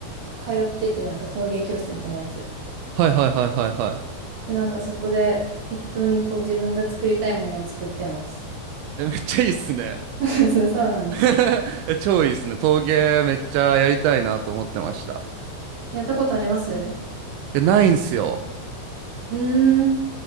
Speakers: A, on the right; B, on the right.
A: 通ってて、なんか陶芸教室みたいなやつ。
B: はいはいはいはいは
A: で、なんかそこで適当にこう自分が作りたいものを作ってます。
B: い。え、めっちゃいいっすね。
A: <laughs> そうなんです。
B: <laughs> え超いいっすね。陶芸めっちゃやりたいなと思ってました。
A: やったことあります
B: いや、ないんすよ。
A: うーん。